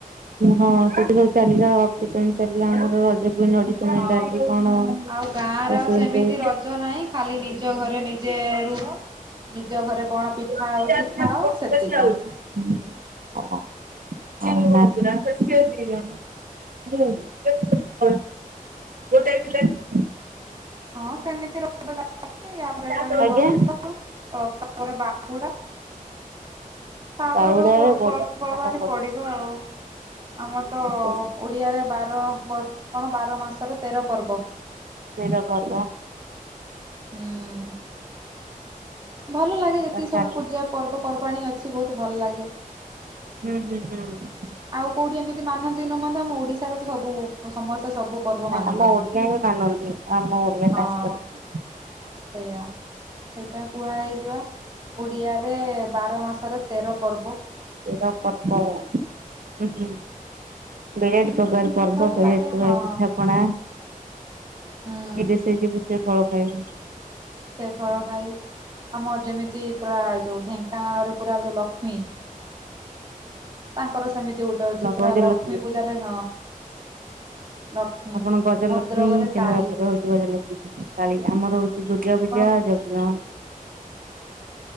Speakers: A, on the right (about 70°); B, on the right (about 35°).
A: ହଁ ସେଠି ସବୁଚାଲିଲା ଅକେଜନ ଚାଲିଲା ଆମର ରଜକୁଇନ୍ ଅଡିସନ। ହେଲା
B: ହଁ
A: କି କଣ
B: ଆଉ ଗାଁରେ
A: ଏସବୁ
B: ଆଉ ସେମିତି
A: ସବୁ
B: ରଜ ନାହିଁ ଖାଲି ନିଜ ଘରେ ନିଜେ ରୁହ। ନିଜ ଘରେ କଣ ପିଠା
A: <unintelligible>
B: ହଉଛି ଖାଅ
A: ଆଉଛି
B: ସେତିକ
A: ହୁଁ। <unintelligible> <unintelligible>
B: ହଁ ସେମିତି <unintelligible> ଆ ପରେ ପରେ
A: ହଁ ଆଜ୍ଞା
B: ରଥ, ରଥ ପରେ ବାହୁଡା। ତାପରେ
A: ପାଉଡାରେ
B: ସବୁ
A: ବଢିଆ
B: ପର୍ବପର୍ବାଣୀ
A: ଥଣ୍ଡା ପଡିଛି
B: ପଡିବ ଆଉ। ଆମର ତ
A: ଆସ ବର୍ଷ
B: ଓଡ଼ିଆରେ ବାର ବର୍ଷ, କଣ ବାର ମାସରେ ତେର ପର୍ବ।
A: ତେର ପର୍ବ।
B: ହୁଁ। ଭଲ ଲାଗେ ଯେତିକି
A: ଚାଲିଛି
B: ସବୁ ପୂଜା ପର୍ବପର୍ବାଣି ଅଛି, ବହୁତ୍ ଭଲ ଲାଗେ।
A: ହୁଁ- ହୁଁ- ହୁଁ।
B: ଆଉ କୋଉଠି ଏମିତି ମାନନ୍ତି ନ ମାନନ୍ତୁ, ଆମ ଓଡିଶାର ତ ସବୁ ସମସ୍ତେ ସବୁ ପର୍ବ
A: ହଁ
B: ମାନୁଛନ୍ତି।
A: ଆମ ଓଡିଆ ହିଁ ମାନନ୍ତି, ଆମ ଓଡ଼ିଆ
B: ହଁ
A: ଖାସ୍ କରିକି।
B: ସେଇଆ, ସେଇଥିପାଇଁ କୁହା ହେଇଚି ବା ଓଡ଼ିଆରେ ବାର ମାସରେ ତେର ପର୍ବ।
A: ତେର ପ୍ରକାର ଅଛି, ବହୁତ୍ ପ୍ରକାର ପର୍ବ
B: ଭଲ
A: <unintelligible>
B: ଲାଗେ ହଁ।
A: ପିଠା ପଣା,
B: ହୁଁ
A: ଯେ ଦେଶେ ଯିବ ସେ ଫଳ ଖାଇବ।
B: ସେ ଫଳ ଖାଇ ଆମର ଯେମିତି, ପୁରା ଯୋଉ ଢେଙ୍କାନାଳରେ ପୁରା ଯୋଉ ଲକ୍ଷ୍ମୀ ତାଙ୍କର ସେମିତି ଗୋଟେ ଅଛି, ପୁରା
A: ଗଜଲକ୍ଷ୍ମୀ
B: ଲକ୍ଷ୍ମୀ ପୂଜାରେ ହଁ ଲକ୍ଷ୍ମୀ
A: ଆପଣ ଗଜଲକ୍ଷ୍ମୀ,
B: ଭଦ୍ରକରେ
A: କେନ୍ଦ୍ରାପଡ଼ାରେ
B: କାଳୀ
A: ହଉଛି ଗଜଲକ୍ଷ୍ମୀ। କାଳୀ ଆମର ହଉଛି ଦୁର୍ଗାପୂଜା,
B: କଣ
A: ଯଜ୍ଞ